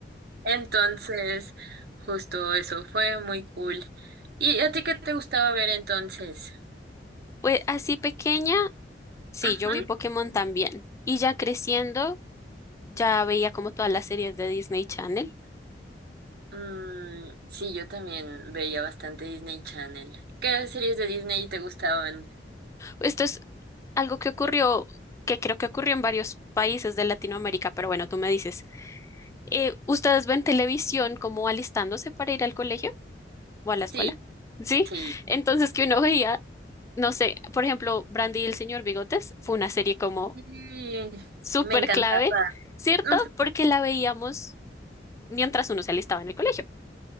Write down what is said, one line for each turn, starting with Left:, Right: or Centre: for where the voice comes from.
Right: Entonces, justo eso fue muy cool. ¿Y a ti qué te gustaba ver entonces?
Left: Pues así pequeña, sí,
Right: Ujú.
Left: yo vi Pokémon también. Y ya creciendo, ya veía como todas las series de Disney Channel.
Right: Mm, sí, yo también veía bastante Disney Channel. ¿Qué series de Disney te gustaban?
Left: Esto es algo que ocurrió, que creo que ocurrió en varios países de Latinoamérica, pero bueno, tú me dices, eh, ¿ustedes ven televisión como alistándose para ir al colegio o a la escuela?
Right: Sí,
Left: Sí,
Right: sí.
Left: entonces que uno veía, no sé, por ejemplo, Brandy y el señor Bigotes fue una serie como
Right: Sí,
Left: súper
Right: me encantaba.
Left: clave, ¿cierto?
Right: Mm,
Left: Porque la veíamos mientras uno se alistaba en el colegio.